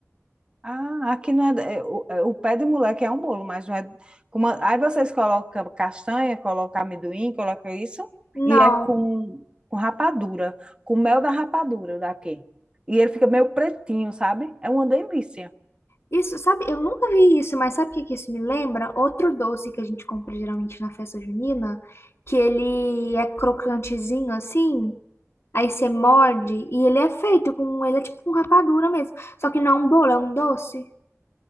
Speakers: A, on the right (about 20°); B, on the left (about 55°).
A: Ah, aqui não é, é, o, é, o pé de moleque é um bolo, mas não é. Como, a- aí vocês colocam castanha, colocam amendoim, colocam isso,
B: Não,
A: e é com, com rapadura, com mel da rapadura daqui. E ele fica meio pretinho, sabe? É uma delícia.
B: isso, sabe, eu nunca vi isso, mas sabe o que que isso me lembra? Outro doce que a gente compra geralmente na festa junina, que ele é crocantezinho assim. Aí você morde e ele é feito com. Ele é tipo um rapadura mesmo. Só que não é um bolo, é um doce.